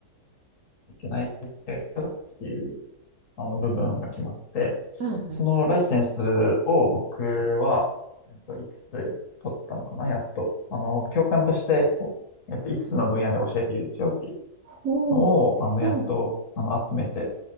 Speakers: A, on the left (about 60°); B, on the right (about 60°).
A: いけないっていうあの部分が決まってて、
B: うんうん。
A: そのライセンスを僕は、えっと、5つつ取ったのかな、やっと。あの、教官として、こうえっと、5つつの分野で教えていいですよっていう
B: ほう、
A: のを、あの、
B: ほう。
A: やっと、あの、集めて、